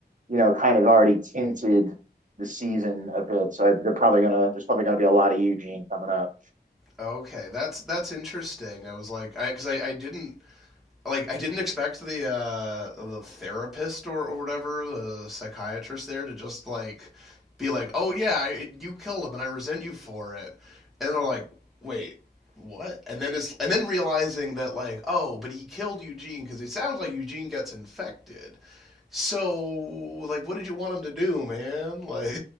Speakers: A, on the right (about 45°); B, in the centre.
A: you know, kind of already tinted the season a bit. So I, they're probably gonna there's probably gonna be a lot of Eugene coming up.
B: Okay, that's that's interesting. I was like, I because I, I didn't like I didn't expect the uh the therapist or, or whatever the psychiatrist there to just like be like, "Oh yeah, I, you killed him and I resent you for it." And they're like, "Wait, what?" And then it's and then realizing that like, "Oh, but he killed Eugene cuz it sounds like Eugene gets infected." So, like what did you want him to do, man? Like